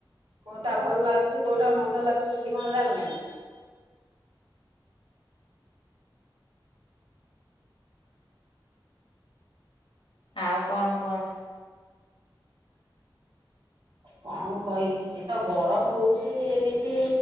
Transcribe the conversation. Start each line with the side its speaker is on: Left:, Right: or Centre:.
Right: କୋଉଟା ଭଲ ଲାଗୁଛି କୋଉଟା ମନ୍ଦ ଲାଗୁଛି ସେ କଣ ଜାଣିଲାଣି।
Left: ଆଉ କଣ କୁହନ୍ତୁ?
Right: କଣ କହିବି ଏଇତ ଗରମ ହଉଚି ଏମିତି